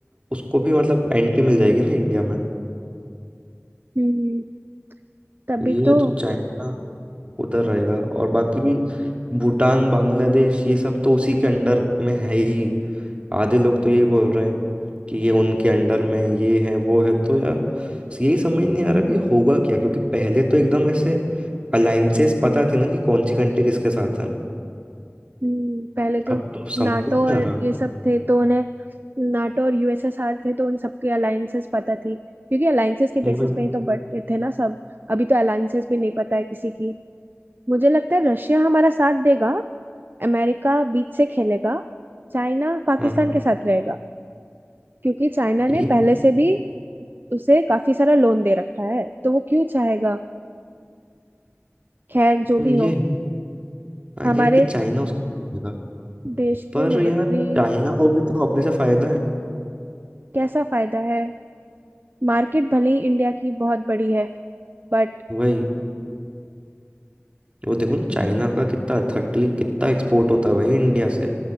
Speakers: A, on the right; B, on the right.
A: उसको भी मतलब एंट्री मिल जाएगी ना इंडिया में
B: हम्म तभी
A: ये
B: तो
A: तो चाइना उधर रहेगा और बाकी भूटान बांग्लादेश ये सब तो उसी के अंडर में है ही आधे लोग तो यही बोल रहे हैं कि ये उनके अंडर में ये है वो है तो यार यही समझ नहीं आ रहा कि होगा क्या क्योंकि पहले तो एकदम ऐसे अलाइंसेस पता थी ना कि कौन सी कंट्री किसके साथ है
B: हम्म, पहले तो
A: अब तो समझ
B: नाटो
A: ही नहीं
B: और
A: आ रहा
B: ये सब थे तो उन्हें नाटो और यूएसएसआर थे तो उन सबके अलायंसेस पता थी क्योंकि अलायंसेस के बेसिस
A: वही-
B: पे ही तो बटे थे ना सब अभी तो अलायंसेस भी नहीं पता है किसी की मुझे लगता है रशिया हमारा साथ देगा अमेरिका बीच से खेलेगा चाइना पाकिस्तान
A: हाँ
B: के साथ रहेगा क्योंकि चाइना ने
A: ये
B: पहले से भी उसे काफी सारा लोन दे रखा है तो वो क्यों चाहेगा खैर जो भी
A: ये
B: हो
A: हाँ
B: हमारे
A: ये है कि चाइना उसको देगा।
B: देश
A: पर
B: के मिलिट्री
A: यार चाइना को भी तो अपने से फायदा है
B: कैसा फायदा है मार्केट भले ही इंडिया की बहुत बड़ी है बट
A: वही वो देखो ना चाइना का कितना थर्टी कितना एक्सपोर्ट होता है भाई इंडिया से